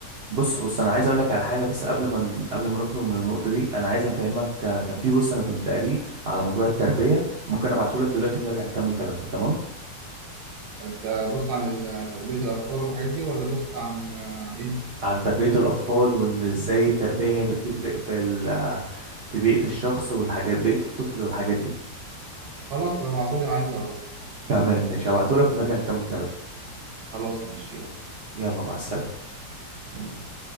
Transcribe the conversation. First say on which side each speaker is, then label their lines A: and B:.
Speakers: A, on the right (about 80°); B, on the right (about 70°).
A: بص بص انا عايز اقول لك على حاجه بس قبل ما ن- قبل ما نخرج من النقطه دي انا عايز افهمك آه، كان في بص انا كنت قاريه على موضوع التربيه ممكن ابعته لك دلوقتي ونرجع نكمل كلامنا تمام
B: انت بوست عن ال- تربية الأطفال والحاجات دي ولا بوست عن عن إيه؟
A: عن تربيه الاطفال وان ازاي التربيه هي اللي بتفرق في ال آه، في بيئه الشخص والحاجات بيئه الطفل والحاجات دي
B: خلاص طب ابعتولي عايز أقرأ
A: تمام ماشي هبعته لك ونرجع نكمل كلامنا
B: خلاص ماشي يلا
A: يلا مع السلامة
B: سلام